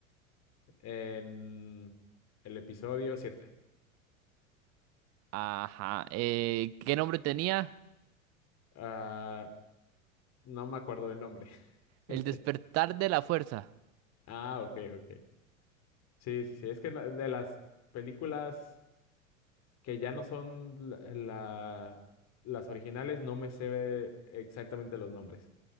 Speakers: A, on the left; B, on the right.
A: en el episodio siete
B: Ajá. eh, ¿qué nombre tenía?
A: Ah, no me acuerdo del nombre. <laughs>
B: El despertar de la fuerza.
A: Ah, ok, ok. Sí, sí, sí, es que no- de las películas... que ya no son la- la- las originales, no me sé exactamente los nombres.